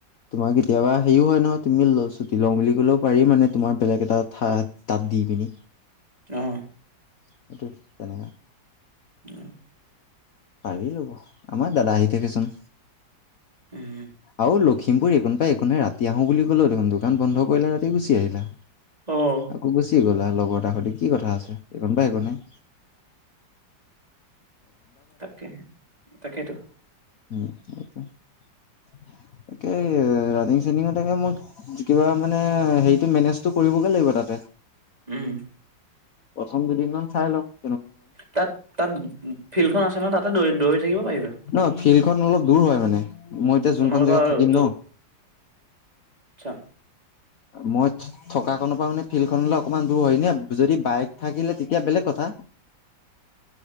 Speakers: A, on the left; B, on the right.
A: তোমাৰ কেতিয়াবা হেৰিও হয় নহয় তুমি ছুটি লও বুলি ক'লেও পাৰি মানে তোমাৰ বেলেগ এটা তাত দি দি কিনি।
B: অহ',
A: সেইটোৱে তেনেকা।
B: অহ',
A: পাৰি ল'ব আমাৰ দাদা আহি থাকেচোন।
B: উম,
A: আৰু লখিমপুৰ এইকোন পৰা এইকোন হে ৰাতি আহো বুলি কলেওঁ দেখোন দোকান বন্ধ কৰিলে ৰাতি গুচি আহিলা।
B: অ',
A: আকৌ গুচি গ'লা। লগৰ এটা সৈতে কি কথা আছে এইকোনৰ পৰা সেইকোন হে।
B: তাকে, তাকেইতো।
A: উম, এইটোৱে। তাকে ৰানিং চানিংত একে মোক কিবা মানে হেৰিটো মেনেজটো কৰিবগে লাগিব তাতে
B: উম,
A: প্ৰথম দুদিনমান চাই লও।
B: তাত - তাত ফিল্ড খন আছে ন তাতে দৌৰি দৌৰি থাকিব পাৰিবা
A: ন ফিল্ড খন অলপ দূৰ হয় মানে। মই এতিয়া যোনখন
B: তোমালোকৰ
A: জেগাত থাকিম
B: য'ত
A: ন।
B: আচ্ছা
A: মই থকা নৰ পৰা মানে ফিল্ডখনলে অকমান দূৰ হয় নে যদি বাইক থাকিলে তেতিয়া বেলেগ কথা।